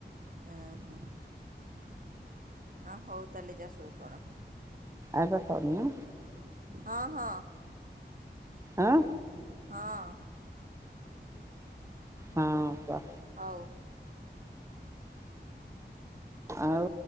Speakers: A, on the right (about 50°); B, on the right (about 15°).
A: ଅଁ ହୁଁ ଆ ହଉ ତାହେଲେ ଯା ଶୋଇପଡ଼।
B: ଆଉ ପା ସରନୁ।
A: ହଁ ହଁ।
B: ଆଁ।
A: ହଁ।
B: ହଁ କୁଅ।
A: ହଉ।
B: ଆଉ।